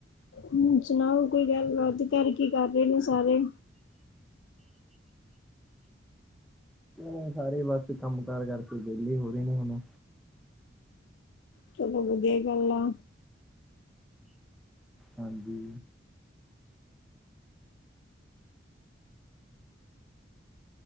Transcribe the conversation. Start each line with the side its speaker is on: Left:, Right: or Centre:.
Left: ਹੂੰ, ਸੁਨਾਓ ਕੋਈ ਗੱਲ-ਬਾਤ ਘਰ ਕੀ ਕਰ ਰੲਏ ਨੇ ਸਾਰੇ?
Centre: ਹੂੰ। ਸਾਰੇ ਬਸ ਕੰਮ ਕਾਰ ਕਰਕੇ ਵੇਲੇ ਹੋ ਰਹੇ ਨੇ ਹੋਣ।
Left: ਚਲੋ, ਵਦੀਆ ਗੱਲ ਆ।
Centre: ਹਾਂਜੀ।